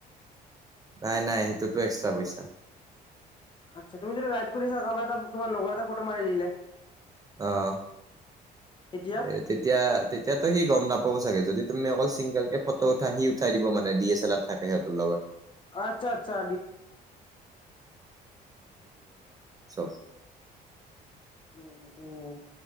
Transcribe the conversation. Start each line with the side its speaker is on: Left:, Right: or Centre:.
Right: নাই নাই সেইটোতো এক্সট্ৰা পইচা।
Left: আচ্ছা তুমি যদি ৰাইড কৰিছা আমাৰ এটা তোমাৰ লগৰ এটা ফটো মাৰি দিলে।
Right: অহ
Left: তেতিয়া
Right: এ তেতিয়া তেতিয়াতো সি গম নাপাব চাগে যদি তুমি অকল চিং ফটো উঠা সি উঠাই দিব মানে ডি এ চেলাৰ থাকে সিহঁতৰ লগত।
Left: আচ্ছা আচ্ছা
Right: চও
Left: উ উম